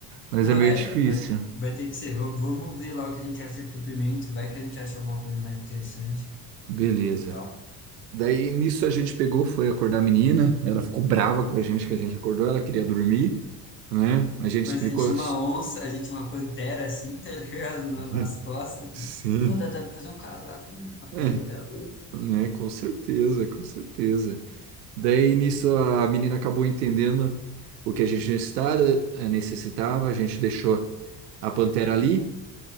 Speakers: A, on the right; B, on the left.
A: mas
B: Não,
A: é meio
B: é,
A: difícil.
B: vai, vai ter que ser. Vamos, vamos ver lá o que a gente acha de suprimento, vai que a gente acha alguma coisa mais interessante
A: Beleza.
B: e tal.
A: Daí nisso a gente pegou, foi acordar a menina, ela ficou brava com a gente que a gente acordou, ela queria dormir, né? A gente
B: Mas
A: explicou.
B: a gente tinha uma onça, a gente tinha uma pantera assim, tá ligado? Na-
A: <laughs>
B: Nas costas.
A: Sim.
B: Ó, dá até pra fazer um casaco, hein? a pele
A: É,
B: dela.
A: né? Com certeza, com certeza. Daí nisso a menina acabou entendendo o que a gente necessitava, eh, necessitava, a gente deixou a pantera ali